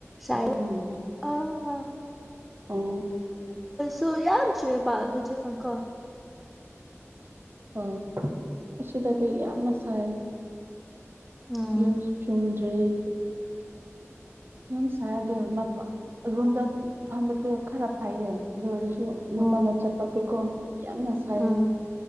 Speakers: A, in the centre; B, on the right.
A: ꯁꯥꯏꯕ
B: <unintelligible>
A: ꯑꯥ
B: ꯎꯝ
A: ꯅꯣꯡ ꯌꯥꯝ ꯆꯨꯏꯌꯦꯕ ꯍꯨꯖꯤꯛ ꯀꯥꯟꯀꯣ
B: ꯎꯝ ꯑꯁꯤꯗꯗꯤ ꯌꯥꯝꯅ ꯁꯥꯏ
A: ꯎꯝ
B: ꯌꯨꯝ ꯆꯨꯝꯗ꯭ꯔꯦ ꯑꯩꯗꯤ ꯌꯥꯝ ꯁꯥꯏ ꯑꯗꯨ <unintelligible> ꯔꯨꯝꯗ ꯐꯝꯕꯗꯨ ꯈꯔ ꯐꯩꯌꯦ ꯑꯗꯨ ꯑꯣꯏꯔꯁꯨ ꯗꯨ
A: ꯑꯣ
B: ꯃꯄꯥꯟꯗ ꯆꯠꯄꯇꯤꯀꯣ ꯌꯥꯝꯅ ꯁꯥꯏ
A: ꯎꯝ